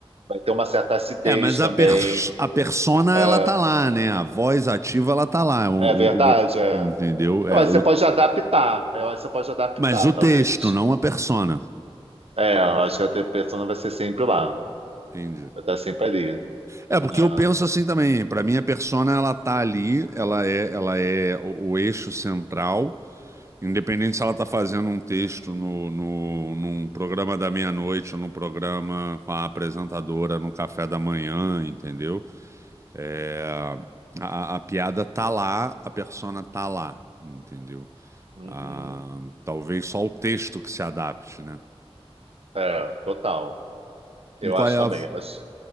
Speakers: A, on the right (about 70°); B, on the right (about 30°).
A: vai ter uma certa acidez
B: É, mas
A: também.
B: a, pers- a persona,
A: É,
B: ela tá lá, né? A voz ativa, ela tá lá. O-
A: é verdade,
B: o- o-
A: é.
B: entendeu? É,
A: Eu acho
B: o,
A: que você pode adaptar, eu acho que você pode adaptar,
B: mas o texto,
A: talvez.
B: não a persona.
A: É, eu acho que a tua persona vai ser sempre lá,
B: Entendi.
A: vai estar sempre ali,
B: É, porque
A: né?
B: eu penso assim também. Pra mim, a persona, ela tá ali, ela é, ela é o, o eixo central. Independente se ela tá fazendo um texto no, no, num programa da meia-noite ou num programa com a apresentadora no café da manhã, entendeu? É, a, a piada tá lá, a persona tá lá, entendeu?
A: Uhum.
B: Ah, talvez só o texto que se adapte, né?
A: É, total. Eu
B: E qual
A: acho
B: é a,
A: também, eu acho.